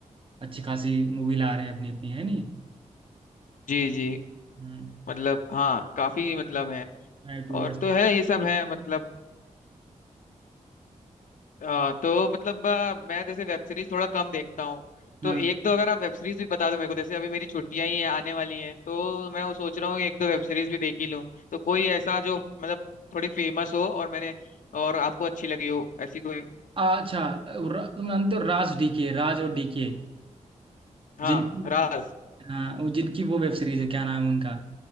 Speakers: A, on the right; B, on the left.
A: अच्छी खासी मूवी ला रहे हैं अपनी अपनी है नहीं
B: जी जी
A: हम्म
B: मतलब हाँ काफी मतलब है
A: यूट्यूबर्स
B: और तो है ये सब है मतलब आ, तो मतलब आ, मैं जैसे वेब सीरीज थोड़ा कम देखता हूँ तो
A: हाँ
B: एक तो अगर आप वेब सीरीज भी बता दो मेरे को जैसे अभी मेरी छुट्टियां ही हैं, आने वाली हैं तो मैं वो सोच रहा हूँ कि एक दो वेब सीरीज भी देख ही लूँ तो कोई ऐसा जो मतलब थोड़ी फेमस हो और मैंने और आपको अच्छी लगी हो ऐसी कोई
A: अच्छा र- मानते हो राज डीके राज और डीके
B: हाँ
A: जिनकी
B: राज
A: हाँ वो जिनकी वो वेब सीरीज है क्या नाम है उनका